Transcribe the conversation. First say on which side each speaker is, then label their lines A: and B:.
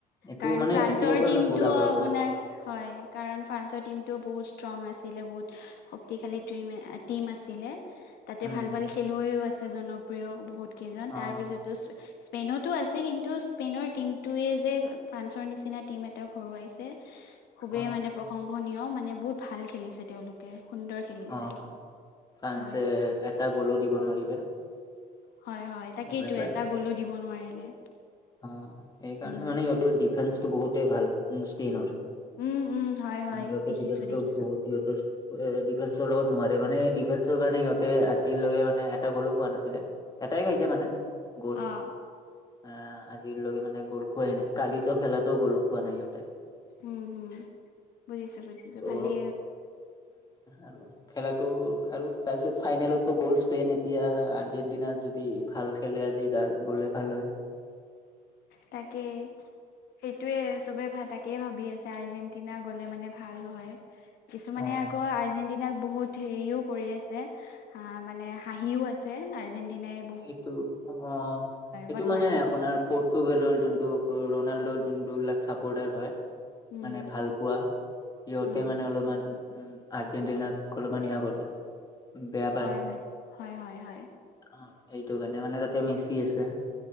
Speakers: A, on the left; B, on the left.
A: এইটো
B: কাৰণ
A: মানে।
B: ফ্ৰান্সৰ
A: এতিয়াৰ পৰাই
B: টিমটো
A: নহ বহুত আগৰ
B: আপোনাৰ
A: পৰাই।
B: হয় কাৰণ ফ্ৰান্সৰ টিমটোও বহুত ষ্ট্ৰং আছিলে বহুত শক্তিশালী টিম এ টিম আছিলে তাতে
A: উম
B: ভাল ভাল খেলুৱৈও আছে জনপ্ৰিয় বহুত কেইজন
A: অ
B: তাৰ পিছত <unintelligible> স্পেইনতো আছে কিন্তু স্পেইনৰ টিম ৱে যে ফ্ৰান্সৰ নিচিনা টিম এটাত হৰুৱাইছে। খুবেই
A: অ
B: মানে প্ৰশংসনীয় মানে বহুত ভাল খেলিছে তেওঁলোক কে সুন্দৰ খেলিছে
A: অ ফ্ৰান্সে
B: হয়।
A: এটা গ'লৌ দিব নোৱাৰিলে।
B: হয় হয় তাকেইটো
A: গমে পায়
B: এটা গ'লো দিব নোৱাৰিলে।
A: অ সেইকাৰণে
B: উম
A: মানে ইহতৰ ডিফেন্সটো বহুতে ভাল। উম স্পেনৰ
B: উম উম হয় হয়
A: ইহঁতৰ
B: দেখিছো
A: ডিফেন্সটো
B: দেখিছো
A: বহুত ইহঁতৰ। ডিফেন্সৰ লগত নোৱাৰে মানে, ডিফেন্সৰ কাৰণে সিহঁতে আজিলৈকে মানে এটা গ'লো খোৱা নাছিলে। এটাই খাইছে মানে গ'ল
B: অ
A: আহ। আজিলৈকে মানে গ'ল খোৱাই নাই, কালিতো খেলাটো গ'ল খোৱা নাই ইহঁতে।
B: উম, হুম, বুজিছো বুজিছো
A: ত'
B: ভালে।
A: <inaudible> খেলাটো, আৰু তাৰপিছত ফাইনেলতো গ'ল স্পেইন এতিয়া আৰ্জেণ্টিনাৰ যদি ভাল খেলে আজিডাল। গ'লে ভাল হয়।
B: তাকে। সেইটোৱে চবে ভা তাকেই ভাবি আছে, আৰ্জেণ্টিনা গ'লে মানে ভাল হয়। কিছুমানে
A: অ
B: আকৌ আৰ্জেন্টিন না, বহুত হেৰিও কৰি আছে, হা মানে হাঁহিও আছে আৰ্জেণ্টিনাই
A: এইটো অ', এইটো
B: বদমাচি
A: মানে আপোনাৰ
B: কৰে
A: পৰ্তুগালৰ যোনটো ৰনাল্ডৰ যোন বিলাক চাপৰ্টাৰ হয়
B: উম
A: মানে ভাল পোৱা, সিহতে
B: উম
A: মানে অলপমান আৰ্জেণ্টিনাক, <unintelligible> কৰে বেয়া
B: হয়, হয়, হয়, হয়, হয়।
A: অ', এইটো কাৰণে, মানে তাতে মেচি আছে।